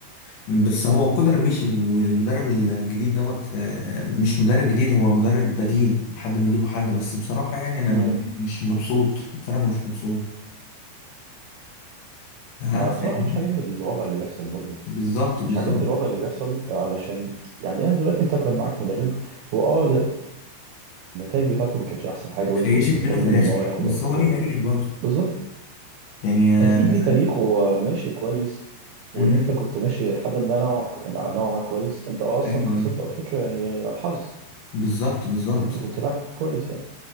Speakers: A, on the left; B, on the right.
A: بس هو كولر مشي والمدرب الجديد دوت آه، مش مدرب جديد هو مدرب بديل لحد ما يجيبوا حد بس بصراحة يعني انا
B: امم
A: م- مش مبسوط بتفرج ومش مبسوط ها
B: ما
A: فاهمني
B: بصراحة أنا مش عاجبني الوضع اللي بيحصل برضه
A: بالظبط
B: مش
A: بالظبط
B: عاجبني الوضع اللي بيحصل علشان يعني انا دلوقتي انت كان معاك مدرب هو اه النتائج بتاعته ما كانتش احسن حاجة
A: خيشت
B: وانت كنت مستني
A: منه في
B: منه
A: الاخر
B: ان هو ياخد
A: بس
B: افريقيا
A: هو ليه
B: وبتاع
A: تاريخ برضه
B: بالظبط
A: يعني آه،
B: اكيد
A: انا زعلان.
B: ليه تاريخه ماشي كويس وان
A: امم
B: انت كنت ماشي لحد ما نوعا نوعا ما كويس انت اصلا
A: ايوه
B: خسرت
A: ايوه
B: افريقيا يعني حظ
A: بالظبط بالظبط
B: ان انت كنت لاعب كويس يعني